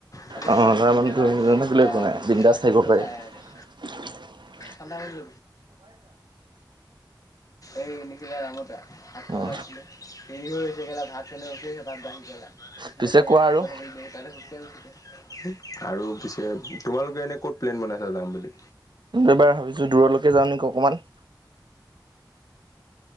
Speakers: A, on the left; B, on the right.
A: খালি
B: অঁ
A: মই <unintelligible>
B: ল'ৰা মানুহটো
A: কেলা <unintelligible>
B: থাকিলে একো নাই
A: বুলি
B: বিন্দাছ
A: কেলা
B: থাকিব পাৰি
A: নাই
B: <unintelligible>
A: চানদামান ল এই এনেকি <unintelligible> ভাত খাৱ
B: উম
A: মাতিছিলে দেৰি হৈছে কেলা ভাত <unintelligible> ভাত বাঢ়ি <unintelligible> ডিপ্ল'মা
B: পিছে কোৱা
A: ইয়াত
B: আৰু
A: কৰা তাৰে সুবিধা আৰু পিছে তোমালোকে, নে ক'ত প্লেন বনাইছা যাম বুলি।
B: এবাৰ ভাবিছো, দুৰলৈকে যাওঁ নেকি অকণমান